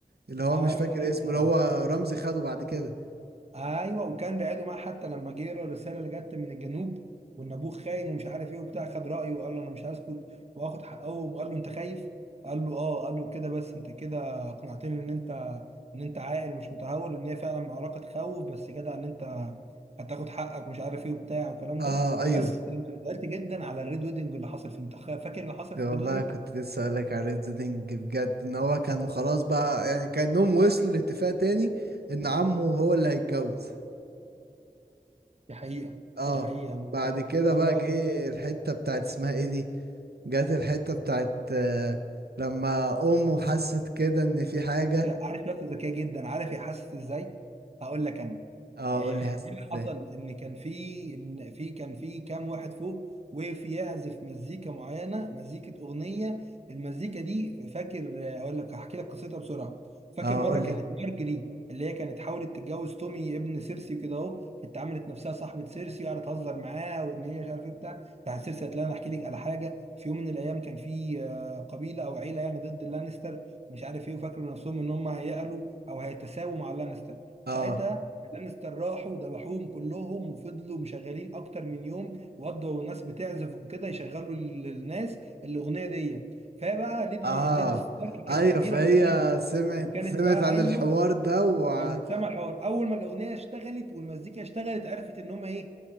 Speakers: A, on the right; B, on the right.
A: اللي هو
B: ايوه
A: مش فاكر
B: ايوه
A: اسمه
B: اه
A: اللي هو رمزي خده بعد كده
B: ايوه وكان بعيده معاه حتى لما جه له الرساله اللي جت من الجنوب وان ابوه خاين ومش عارف ايه وبتاع خد رايه وقال له انا مش هسكت واخد حقهم وقال له انت خايف قال له اه قال له كده بس انت كده اقنعتني ان انت ان انت عاقل مش متهور ان هي فعلا معركه خوف بس جدع ان انت هتاخد حقك ومش عارف ايه وبتاع والكلام
A: اه
B: ده
A: ايوه
B: بس زعلت جدا على الريد ويدنج اللي حصل فيه انت خ- فاكر اللي حصل
A: والله
B: في الريد ويدنج
A: كنت لسه اقول لك على ريد زيدنج بجد ان هو كانوا خلاص بقى يعني كانهم وصلوا لاتفاق تاني ان عمه هو اللي هيتجوز
B: دي حقيقه
A: اه
B: دي حقيقه بس
A: بعد كده
B: مره
A: بقى
B: واحده
A: جه الحتة بتاعت اسمها ايه دي جت الحتة بتاعت آه لما امه حست كده ان في حاجة
B: عارف نفسه ذكيه جدا عارف هي حاسس ازاي هقول لك انا
A: اه
B: آه،
A: قول لي حست
B: ايه اللي
A: ازاي
B: حصل ان كان في ان في كان في كام واحد فوق وقف يعزف مزيكا معينه مزيكه اغنيه المزيكا دي فاكر آه، اقول لك هحكي لك قصتها بسرعه فاكر
A: اه
B: مره
A: قول
B: كانت
A: لي
B: مارجري اللي هي كانت حاولت تتجوز تومي ابن سيرسي وكده اهو كانت عملت نفسها صاحبه سيرسي وقعدت تهزر معاها وان هي مش عارف ايه بتاع بتاع سيرسي قالت لها انا احكي لك على حاجه في يوم من الايام كان في آه، قبيله او عيله يعني ضد اللانستر مش عارف ايه وفاكروا نفسهم ان هم هيقلوا او هيتساووا مع اللانستر ساعتها
A: اه
B: اللانستر راحوا وذبحوهم كلهم وفضلوا مشغلين اكتر من يوم وقضوا والناس بتعزف وكده يشغلوا ال- الناس الاغنيه دي فبقى ليدي
A: اه
B: ليدي ستارك
A: ايوه
B: كانت كبيره
A: فهي
B: في السن
A: سمعت
B: وكانت
A: سمعت
B: فا
A: عن
B: ايوه
A: الحوار ده وسمعت
B: كانت سامع حوار اول ما الاغنيه اشتغلت والمزيكا اشتغلت عرفت ان هم ايه